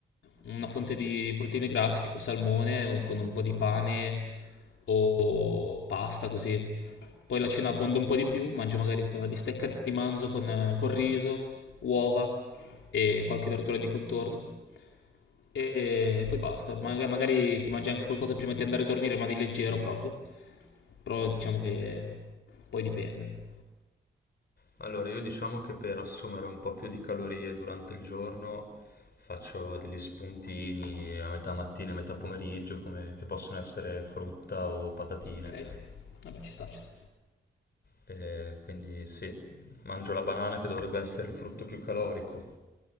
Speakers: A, on the left (about 85°); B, on the left (about 55°).
A: una fonte di proteine grasse, tipo salmone, con un po' di pane o pasta così. Poi la cena abbonda un po' di più, mangio magari tipo una bistecca di manzo con, eh, con riso, uova e qualche verdura di contorno. E poi basta. Maga- magari ti mangi anche qualcosa prima di andare a dormire, ma di leggero proprio. Però diciamo che poi dipende.
B: Allora, io diciamo che per assumere un po' più di calorie durante il giorno faccio degli spuntini a metà mattina e metà pomeriggio, come- che possono essere frutta o patatine.
A: Ok. Vabbè, ci sta, ci sta.
B: E quindi sì, mangio la banana che dovrebbe essere il frutto più calorico.